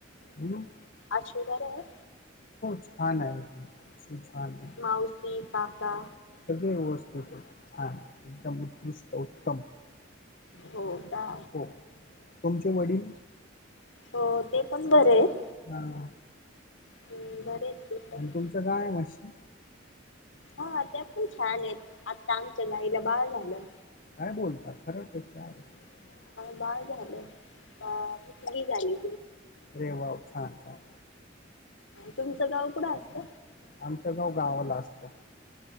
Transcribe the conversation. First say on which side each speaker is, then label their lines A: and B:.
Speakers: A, on the left; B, on the left.
A: हम्
B: आशु वर आहे
A: छान आहे शू छान आहे.
B: मावशी काका
A: सगळ व्यवस्थित आहे. छान आहे. एकदम उत्कृष्ट उत्तम
B: हो का
A: हो तुमचे वडील
B: हो ते पण बरे आहेत.
A: हा..
B: हम्म बरे आहेत ते पण
A: आणि तुमचं काय? म्हशी
B: हा ते पण छान! आहेत आता आमच्या गाईला बाळ झालं.
A: काय बोलता खरं क काय? हा
B: बाळ झाल आ जिलबी झाली
A: अरे वाव छान छान
B: तुमचं गाव कुठं असत?
A: आमच गाव गावाला असत.